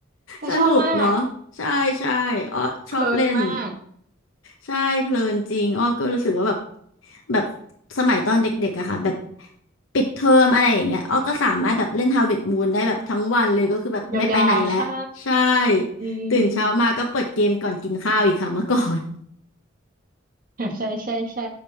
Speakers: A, on the right; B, on the left.
A: แต่ชอบมาก
B: สนุกเนาะใช่ใช่อ้อชอบเล่น
A: เพลินมาก
B: ใช่เพลินจริงอ้อก็รู้สึกว่าแบบแบบสมัยตอนเด็กๆอะค่ะแบบปิดเทอมอะไรอย่างเงี้ยอ้อก็สามารถแบบเล่น Harvest Moon ได้แบบทั้งวันเลยก็คือแบบไม่ไปไหนแล้วใช่
A: ยาวๆใช่อืม
B: ตื่นเช้ามาก็เปิดเกมก่อนกินข้าวอีกค่ะเมื่อก่อน
A: <laughs> ใช่ใช่ใช่